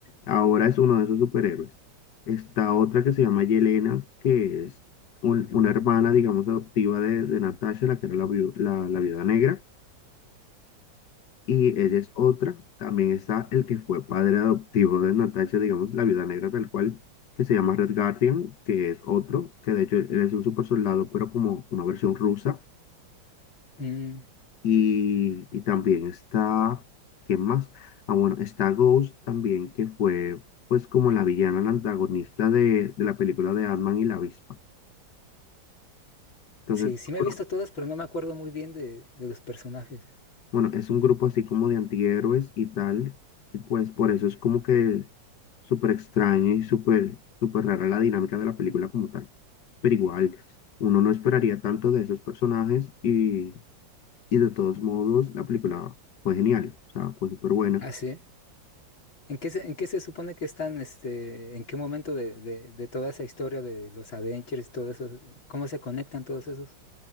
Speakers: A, on the left; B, on the left.
A: ahora es uno de esos superhéroes. Está otra que se llama Yelena, que es un- una hermana, digamos, adoptiva de, de Natasha, la que era la, viu- la, la viuda negra. Y ella
B: mm.
A: es otra. También está el que fue padre adoptivo de Natasha, digamos, la viuda negra tal cual, que se llama Red Guardian, que es otro, que de hecho él es un super soldado, pero como una versión rusa.
B: mm.
A: Y, y también está, ¿qué más? Ah, bueno, está Ghost también, que fue pues como la villana, la antagonista de, de la película de Ant-Man y la avispa. Entonces,
B: Sí, sí me
A: bueno,
B: he visto todas, pero no me acuerdo muy bien de, de los personajes.
A: bueno, es un grupo así como de antihéroes y tal, y pues por eso es como que súper extraño y súper, súper rara la dinámica de la película como tal. Pero igual, uno no esperaría tanto de esos personajes y, y de todos modos la película fue genial, o sea, fue súper buena.
B: Ah, sí. ¿En qué se, en qué se supone que están, este, en qué momento de, de- de toda esa historia de los Avengers, todo eso, cómo se conectan todos esos?